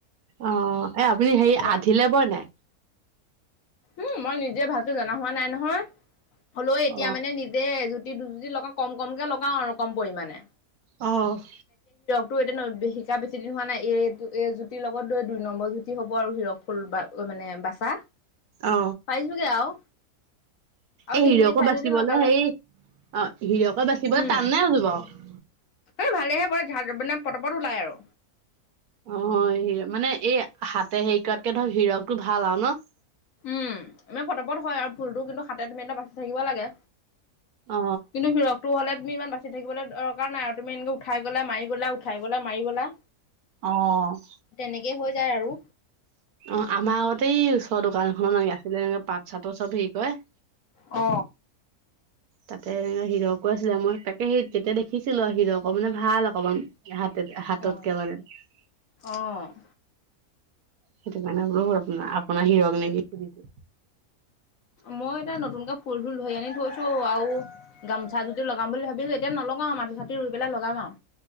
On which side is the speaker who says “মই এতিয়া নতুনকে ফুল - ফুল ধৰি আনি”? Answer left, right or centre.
Left